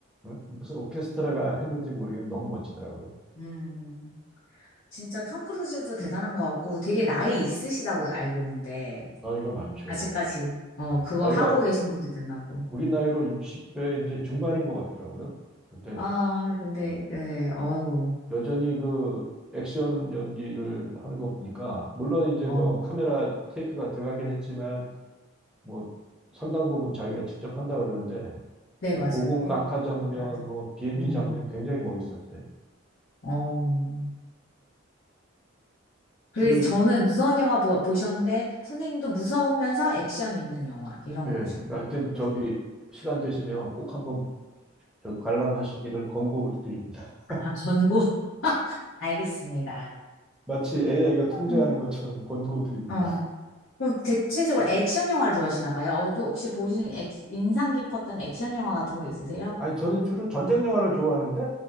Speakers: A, in the centre; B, on the left.
A: 응? 무슨 오케스트라가 했는지 모르겠는데 너무 멋지더라고요.
B: 음, 진짜 톰 크루즈도 대단한 것 같고 되게 나이 있으시다고 알고 있는데
A: 나이가 많죠.
B: 아직까지. 어,
A: 예,
B: 그거
A: 나이가
B: 하고 계시는 것도 대단하고.
A: 우리 나이로 60대 이제 중반인 것 같더라고요. 근데
B: 아, 근데,
A: 예,
B: 예, 어우,
A: 여전히 그 액션 연기를 하는 거 보니까 물론 이제
B: 어.
A: 뭐 카메라 테이크가 들어가긴 했지만 뭐 상당 부분 자기가 직접 한다 그러는데
B: 네,
A: 뭐
B: 맞아요.
A: 고공
B: 그렇,
A: 낙하 장면,
B: 나도.
A: 뭐 비행기
B: 음,
A: 장면 굉장히 멋있었어요.
B: 어우. 그래서
A: 그
B: 저는 무서운 영화 보, 보셨는데, 선생님도 무서우면서 액션 있는 영화, 이런
A: 예,
B: 거 보셨네요.
A: 하여튼
B: 그렇습니다.
A: 저기 시간 되시면 꼭 한번 저 관람하시기를 권고드립니다. <laughs>
B: 아, 권고. <laughs> 알겠습니다.
A: 마치 AI가 통제하는
B: 음.
A: 것처럼 권고드립니다.
B: 어. 그럼 대체적으로 액션 영화를 좋아하시나 봐요. 어, 저 혹시 보시는 액, 인상 깊었던 액션 영화 같은 거 있으세요?
A: 아니 저는 주로 전쟁 영화를 좋아하는데